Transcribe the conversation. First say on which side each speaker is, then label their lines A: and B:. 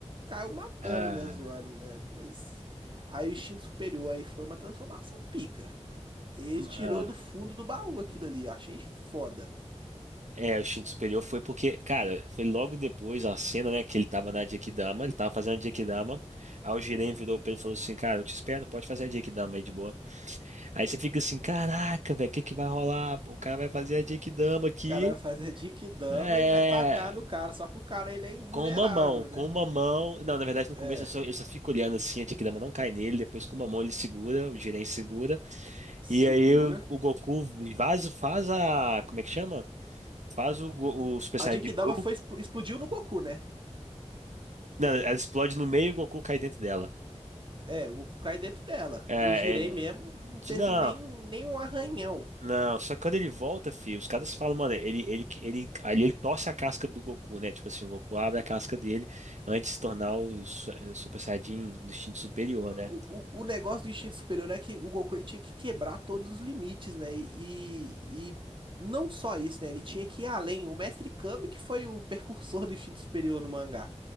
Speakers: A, on the right; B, on the right.
A: caiu matando,
B: Ah.
A: né? Zoando, né? Mas aí o instinto superior aí foi uma transformação pica. Ele
B: Ah.
A: tirou do fundo do baú aquilo ali. Eu achei foda.
B: É, o instinto superior foi porque, cara, foi logo depois a cena, né, que ele tava na Jequidama, ele tava fazendo a Jequidama, aí o Jiren virou pra ele e falou assim, cara, eu te espero, pode fazer a Jequidama aí de boa. Aí você fica assim, caraca, velho, o que que vai rolar? Pô, o cara vai fazer a Jequidama aqui,
A: cara vai fazer Jinkidama
B: é,
A: e vai tacar no cara. Só que o cara, ele é invulnerável,
B: com uma mão,
A: né?
B: com uma mão, não, na verdade no
A: É,
B: começo eu só, eu só fico olhando assim, a Jequidama não cai nele, depois com uma mão ele segura, o Jiren segura,
A: segura.
B: e aí o, o Goku faz, faz a, como é que chama? Faz o, Go- o Super
A: A
B: Saiyajin
A: Jinkidama
B: Blue,
A: foi, expl- explodiu no Goku, né?
B: Não, ela explode no meio e o Goku cai dentro dela.
A: É, o Goku cai dentro dela.
B: É,
A: O Jirei mesmo
B: é...
A: não teve
B: de- Não,
A: nem, nem um arranhão.
B: não. Só que quando ele volta, filho, os caras falam, mano, ele, ele, ele, ali ele torce a casca do Goku, né? Tipo assim, o Goku abre a casca dele antes de se tornar o su- é, o Super Saiyajin do instinto superior, né?
A: O, o, o negócio do instinto superior é que o Goku ele tinha que quebrar todos os limites, né? E, e não só isso, né? Ele tinha que ir além. O Mestre Kami que foi o precursor do instinto superior no mangá.